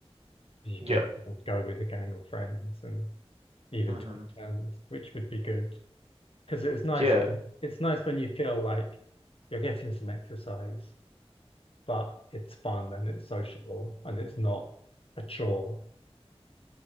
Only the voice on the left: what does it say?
You can
go with a gang of friends and even
take turns, which would be good. Because it's nice,
it's nice when you feel like you're getting some exercise, but it's fun and it's sociable and it's not a chore.